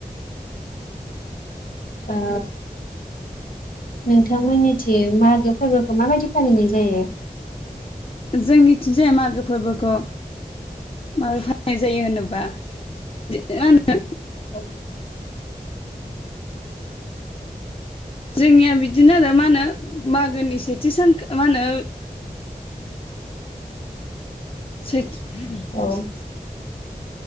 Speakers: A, on the left; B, on the left.
A: ओ नोंथांमोननिथि मागो फोरबोखौ माबायदि फालिनाय जायो?
B: जोंनिथिंजाय मागो फोरबोखौ माबोरै फालिनाय जायो होनोबा <unintelligible>
A: औ।
B: जोंनिया बिदिनो आरो मा नो मागोनि से जिसोन <inaudible> मा होनो सैत <unintelligible>
A: औ